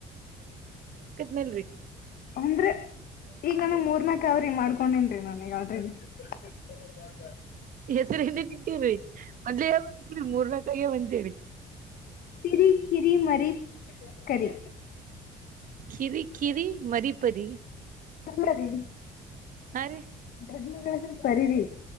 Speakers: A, on the right; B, on the left.
A: ನಲ್ ರೀ
B: ಅಂದ್ರೆ ಈಗ ನಾನ ಮೂರ್ನಾಕ್ ಅವಾರಿ ಮಾಡ್ಕೊಂಡಿನರಿ ನಾನೀಗ <inaudible>
A: ಹೆಸರ ಏನ್ನೆನ ಇಟ್ಟಿರಿ ಮೊದ್ಲೇ ಹೇಳಬೇಕು ಇಲ್ಲರಿ ಮೂರ್ ನಾಕ ಆಗ್ಯಾವ ಅಂತೇಳಿ
B: ತಿರಿ ಕಿರಿ ಮರಿ ಕರಿ
A: ಕಿರಿ ಕಿರಿ ಮರಿ ಪರಿ
B: ಅಲ್ಲ ರೀ
A: ಹ ರೀ
B: ಡ್ ಪರಿರಿ